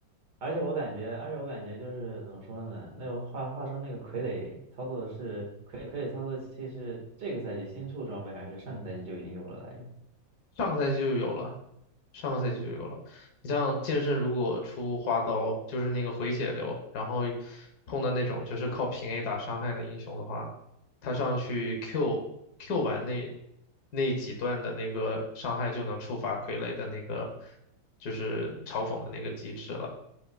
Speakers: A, on the right; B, on the left.
A: 而且我感觉，而且我感觉就是怎么说呢？那个话话说那个傀儡操作的是傀傀儡操作器是这个赛季新出装备还是上个赛季就已经有了来着？
B: 上个赛季就有了。上个赛季就有了。你像剑圣，如果出花刀，就是那个回血流，然后碰到那种就是靠平 A 打伤害的英雄的话，他上去 Q Q 完那那几段的那个伤害，就能触发傀儡的那个就是嘲讽的那个机制了。